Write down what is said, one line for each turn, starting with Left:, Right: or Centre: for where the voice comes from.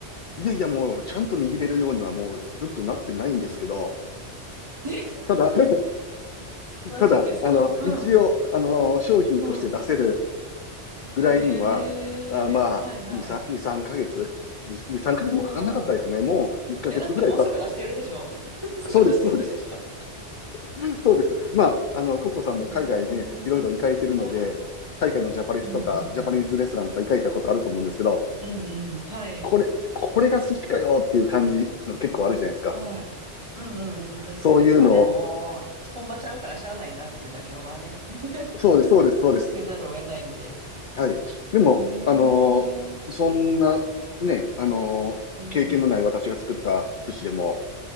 Left: いやいや、もう、ちゃんと握れるようにはもうずっとなってないんですけど、
Right: え <laughs>
Left: ただ、<laughs>
Right: マジですかうん、
Left: ただ、あの、一応、あの、商品として出せる
Right: うん。
Left: ぐらいには、
Right: えー、
Left: あまあ、
Right: はいはい。
Left: 2、3、2、3ヶ月 ?2、3ヶ月もかかんなかったですね。
Right: おー。
Left: もう1ヶ月ぐらい経っ
Right: いや、だってもうすぐ出してるでしょ <laughs> すぐ出してたでしょ
Left: そうです、そうです。<laughs> そうです。まあ、あの、ココさんも海外ね、
Right: ええー。
Left: いろいろ行かれてるので、
Right: はい。
Left: 海外のジャパレスとか、
Right: うんうんうん。
Left: ジャパニーズレストランとか行かれたことあると思うんですけど、
Right: うんうん。はい。
Left: これ、これが寿司かよっていう感じの結構あるじゃないですか。
Right: はい。うんうんうん。確かに。
Left: そういうのを、
Right: まあでももう、本場ちゃうからしゃあないなっていう妥協はね。<laughs>
Left: そうです、そうです、そうです。
Right: せざるを得ないんで。
Left: はい。でも、
Right: ええー
Left: あのーそんな、ね、あのー経験のない私が作った寿司でも、
Right: うん。